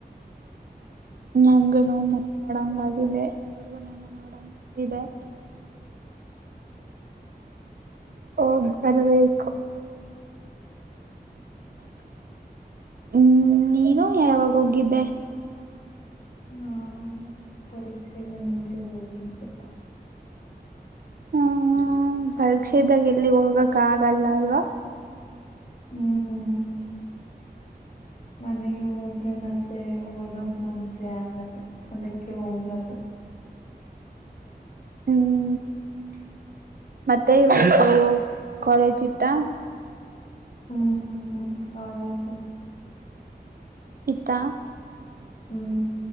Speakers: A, on the right (about 60°); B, on the left (about 50°).
A: ನಂಗು ನ ಮನೆ ನೋಡಂಗಗಿದೆ ಅವ್ರಗು ನಂಗ ನೋಡಂಗಿದೆ ಓ ಬರಬೇಕಕ್ಕು ಹ್ಮ್ ನೀನು ಯಾವಾಗ ಹೋಗಿದ್ದೆ
B: ನಾನು ಪರೀಕ್ಷೆಗೆ ಮುಂಚೆ ಹೋಗಿದ್ದೆ
A: ಹ್ಮ ಪರೀಕ್ಷೆದಾಗ ಎಲ್ಲಿ ಹೋಗಕ ಆಗಲ್ಲ ಅಲ್ವಾ
B: ಹ್ಮ್ ಮನೆಗೆ ಹೋದ್ರೆ ಮತ್ತೆ ಓದಕ್ ಮನ್ಸ ಅ ಆಗಲ್ಲ ಅದಕ್ಕೆ ಹೋಗಲ್ಲ
A: ಹ್ಮ್
B: <inaudible>
A: ಮತ್ತೆ ಇವಾಗ ಕಾಲೇಜ್ ಇತ್ತ
B: ಹ್ಮ್ ಕಾಲ ಆತತ್ತು
A: ಇಿತಾ
B: ಹ್ಮ್